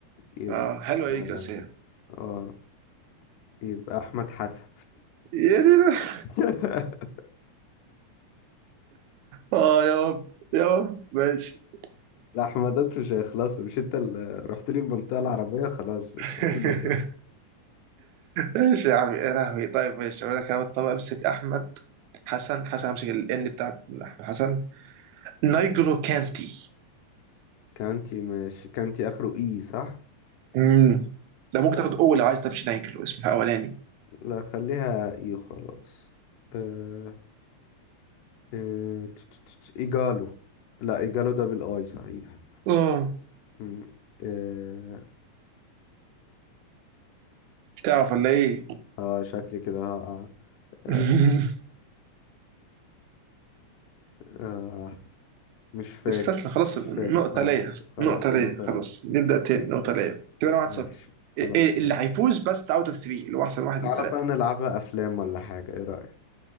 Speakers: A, on the left; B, on the right.
A: يبقى
B: اه حلو
A: آه
B: ايريك جارسيا
A: آه، يبقى أحمد حسن
B: يا دي <laughs>
A: <laughs>
B: اه يا رب يا رب ماشي
A: الأحمدات مش هيخلصوا مش أنت اللي رحت لي المنطقة العربية خلاص مش
B: <laughs>
A: هسيبك بقى
B: ايش يا عمي يا لهوي طيب ماشي اقول لك أهو. طب امسك احمد حسن حسن همسك الان بتاعت احمد حسن نايجلو كانتي
A: كانتي ماشي كانتي آخره إي صح؟
B: امم ده ممكن تاخد اول لو عايز تمشي نايجلو اسمه اولاني
A: لا خليها إي خلاص آه، آه، تش- تش- تش- إيجالو لا إيجالو ده بالآي صحيح
B: اه
A: مم. إيه...
B: تعرف ولا ايه
A: اه شكلي كده هقع
B: <laughs>
A: آه. آه. مش فاكر
B: استسلم خلاص
A: مش
B: نقطة
A: فاكر خلاص
B: ليا
A: خلاص
B: نقطة ليا
A: نطلي
B: خلاص نبدأ تاني نقطة ليا كده انا 1-0
A: ماشي خلاص
B: ال- ال- اللي
A: ماشي
B: هيفوز بس اوت اوف 3 اللي هو احسن واحد
A: تعالى
B: من ثلاثة
A: بقى نلعبها افلام ولا حاجة ايه رأيك